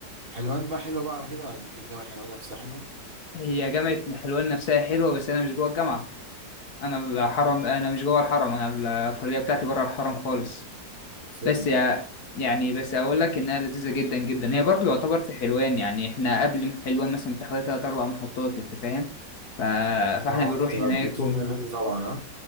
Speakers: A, on the right; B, on the left.
A: حلوان بقى حلوة بقى على كده عجبني جامعة حلوان نفسها حلوة
B: هي جامعه حلوان نفسها حلوه بس انا مش جوه الجامعه انا الحرم انا مش جوه الحرم انا الكليه بتاعتي بره الحرم خالص
A: فين؟
B: بس يا يعني بس اقول لك انها لذيذه جدا جدا هي برضو يعتبر في حلوان يعني احنا قبل حلوان مثلا بتحوالي ثلاث اربع محطات انت فاهم ف... فاحنا
A: اه
B: بنروح
A: انت
B: هناك
A: بتروح من النادي طبعا ها؟